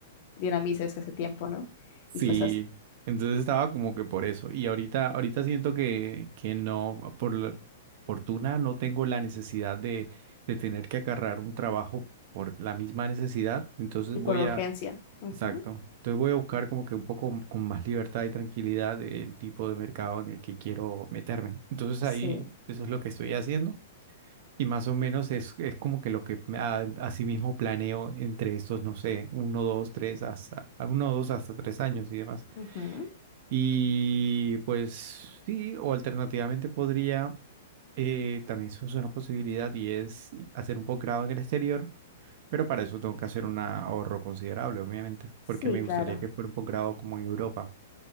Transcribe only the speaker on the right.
Sí,
entonces estaba como que por eso. Y ahorita, ahorita siento que, que no, por la fortuna no tengo la necesidad de, de tener que agarrar un trabajo por la misma necesidad. Entonces
voy
a,
exacto. Entonces voy a buscar como que un poco m- con más libertad y tranquilidad el tipo de mercado en el que quiero meterme. Entonces ahí
eso es lo que estoy haciendo. Y más o menos es, es como que lo que me- a, así mismo planeo entre estos, no sé, uno, dos, tres, hasta, a uno, dos, hasta tres años y demás.
Y pues sí, o alternativamente podría, eh, también eso es una posibilidad y es hacer un posgrado en el exterior, pero para eso tengo que hacer un ahorro considerable, obviamente,
porque me
gustaría que fuera un posgrado como en Europa.